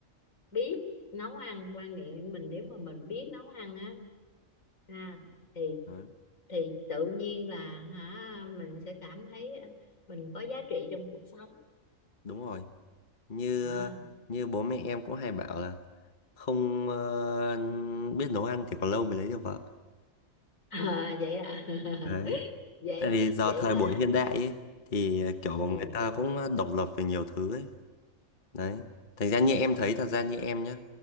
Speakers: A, on the left; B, on the left.
A: biết nấu ăn quan niệm mình nếu mà mình biết nấu ăn á à, thì
B: đấy,
A: thì tự nhiên là hả mình sẽ cảm thấy mình có giá trị trong cuộc sống
B: đúng rồi như
A: đó. À,
B: như bố mẹ em cũng hay bảo là không ờ, biết nấu ăn thì còn lâu mới lấy được vợ
A: à, vậy à <laughs>
B: đấy
A: vậy
B: tại vì giờ
A: vậy
B: thời
A: là
B: buổi hiện đại ấy, thì ờ, kiểu
A: ừ,
B: người ta cũng độc lập về nhiều thứ ấy đấy thành ra như em thấy thật ra như em nhá